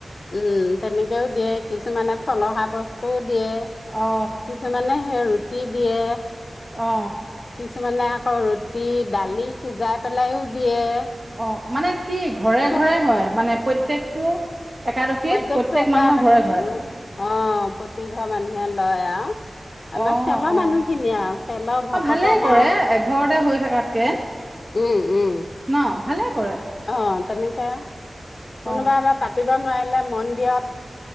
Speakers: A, on the left; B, on the right.
A: উম তেনেকেও দিয়ে। কিছুমানে ফলহা বস্তু। দিয়ে
B: অ
A: কিছুমানে সেই ৰুটি। তি দিয়ে।
B: অ
A: কিছুমানে আকৌ ৰুটি দালি সিজাই পেলায়ো দিয়ে।
B: অ মানে কি ঘৰে
A: চব
B: ঘৰে হয়। মানে প্ৰত্যেকটো। একাদশীত
A: প্ৰত্যেকটো
B: প্ৰত্যেক
A: একাদশী
B: মানুহৰ ঘৰে ঘৰে
A: অ প্ৰতিঘৰ মানুহে। লয় আৱ। আমাৰ
B: অ
A: খেলৰ
B: অ
A: মানুহ খিনিয়ে আৰু খেলৰ ভকতম
B: অ ভালেই কৰে
A: আৰু
B: এঘৰতে হৈ থকাতকে
A: উম, উম
B: ন ভালে কৰে
A: আহ তেনেকে
B: অ
A: কোনোবা এবা পাতি। নোৱাৰিলে মন্দিৰত।